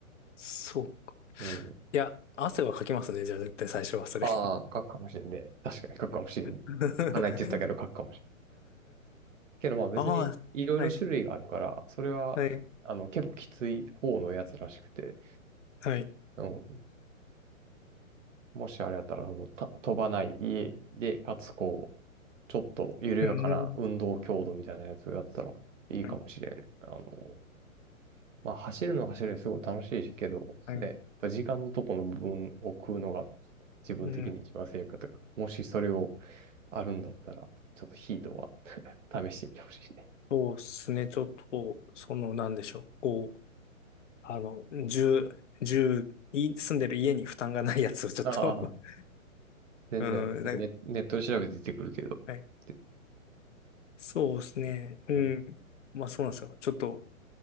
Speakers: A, on the left; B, on the right.
A: そう。
B: うん。
A: いや、汗はかきますね、じゃあ絶対最初はそれ。
B: ああ、書くかもしれんね。確かに書くかもしれんね。
A: <laughs>
B: 書かないって言ったけど書くかもしれん。けどまあ別にいろいろ種類があるから、
A: ああ、はい、
B: それは、
A: はい、
B: あの、結構きつい方のやつらしくて、
A: はい。
B: あのもしあれやったらもうた飛ばない家で、かつこう、ちょっと緩やかな運動強度みたいなやつだったらいいかもしれんね。
A: うん、はい、
B: あの、まあ走るのは走るですごい楽しいけど、
A: はい。
B: ね、やっぱ時間のとこの部分を食うのが自分的に一番正解だから、
A: うん、
B: もしそれをあるんだったら、ちょっとヒートは試してみてほしいね。
A: そうですね、ちょっとこう、その、なんでしょう、こう、あの、住、住、い住んでる家に負担がないやつをちょっと
B: ああ、
A: <laughs>
B: 全然。
A: うん、
B: ねネ、
A: な
B: ネットで調べて出てくるけど。
A: はい。
B: で
A: そうですね、うん。
B: うん。
A: まあそうなんですよ。ちょっと、